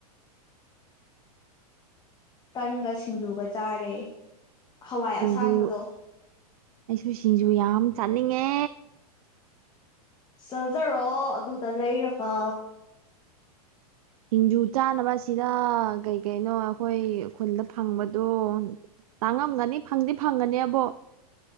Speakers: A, on the right (about 65°); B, on the left (about 20°).
A: <inaudible>
B: ꯇꯟꯒ ꯁꯤꯡꯖꯨꯒ ꯆꯥꯔꯦ ꯍꯋꯥꯏ
A: ꯁꯤꯡꯖꯨ
B: ꯑꯁꯥꯡꯕꯗꯣ
A: ꯑꯩꯁꯨ ꯁꯤꯡꯖꯨ ꯌꯥꯝ ꯆꯥꯅꯤꯡꯉꯦ
B: ꯆꯠꯖꯔꯣ ꯑꯗꯨꯗ ꯂꯩꯔꯒ
A: ꯁꯤꯡꯖꯨ ꯆꯥꯅꯕꯁꯤꯅ ꯀꯩ ꯀꯩꯅꯣ ꯑꯩꯈꯣꯏ ꯈꯨꯟꯗ ꯐꯪꯕꯗꯣ ꯇꯥꯡꯉꯝꯒꯅꯤ ꯐꯪꯗꯤ ꯐꯪꯒꯅꯤ ꯑꯕꯣ